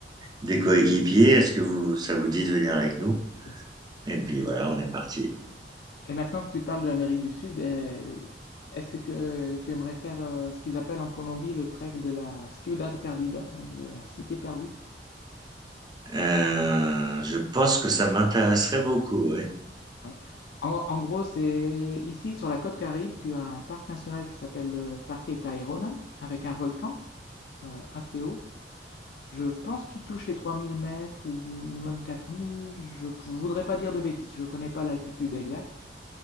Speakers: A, on the right; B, on the left.
A: des coéquipiers. Est-ce que vous, ça vous dit de venir avec nous?
B: Ok.
A: Et puis voilà, on est parti.
B: Et maintenant que tu parles de l'Amérique du Sud, euh, est-ce que tu, euh, tu aimerais faire euh, ce qu'ils appellent en Colombie le trek de la Ciudad Perdida, donc de la cité perdue?
A: Euh, je pense que ça m'intéresserait beaucoup,
B: Ouais. En, en gros, c'est ici sur la côte Caraïbe, tu as un parc national qui s'appelle le Parque Tayrona, avec un volcan euh, assez haut. Je pense qu'il touche les 3000 mètres ou même 4000. Je ne voudrais pas dire de bêtises, je ne connais pas l'altitude exacte.